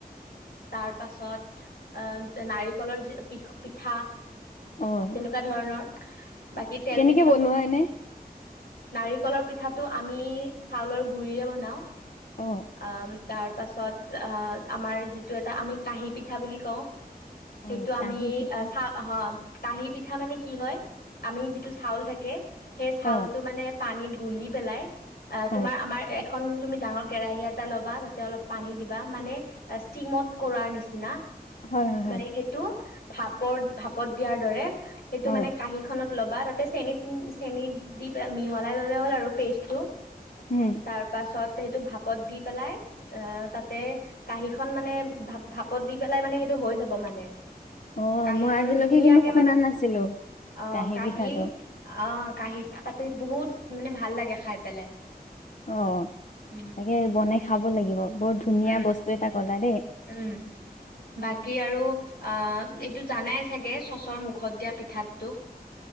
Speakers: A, on the left; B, on the left.
A: তাৰ পাছত আহ নাৰিকলৰ যি পি পিঠা
B: অ',
A: তেনেকুৱা ধৰণৰ বাকী তেল
B: কেনেকে
A: পিঠাটো
B: বনোৱা এনে?
A: নাৰিকলৰ পিঠাটো আমি চাউলৰ গুৰিৰে বনাওঁ
B: অ',
A: আম তাৰ পাছত আ আমাৰ যিটো এটা আমি কাঁহি পিঠা বুলি কওঁ
B: হয়
A: সেইটো আমি
B: কাঁহী পিঠা
A: চা অ' হ কাঁহীপিঠা মানে কি হয় আমি যিটো চাউল থাকে সেই চাউলটো
B: অ',
A: মানে পানীত গুলি পেলাই অ
B: হয়,
A: তোমাৰ আমাৰ এখন তুমি ডাঙৰ কেৰাহী এটা ল'বা তাতে অলপ পানী দিবা মানে ষ্টিমত কৰাৰ নিচিনা
B: হয়, হয়, হয়,
A: মানে সেইটো ভাপৰ ভাপত দিয়াৰ দৰে সেইটো
B: হয়,
A: মানে কাঁহী খনত ল'বা তাতে চেনি চেনি দি মিহলাই ললে হ'ল আৰু পেষ্ট টো
B: উম,
A: তাৰপাছত সেইটো ভাপত দি পেলাই অ তাতে কাঁহীখন মানে ভা ভাপত দি পেলাই মানে সেইটো হৈ যাব মানে
B: অ',
A: কাঁহীখন
B: মই আজিলৈকে
A: ধুনীয়াকে
B: কিন্তু শুনা
A: মানে
B: নাছিলো
A: আহ
B: কাঁহী
A: কাহী
B: পিঠাটো
A: অহ কাঁহীত পাতি বহুত মানে ভাল লাগে খাই পেলাই
B: অ
A: উম
B: তাকে বনাই খাব লাগিব, বৰ ধুনীয়া
A: উম
B: বস্তু এটা কলা দেই।
A: উম বাকী আৰু অ এইটো জানাই চাগে চচৰ মুখত দিয়া পিঠাটোটো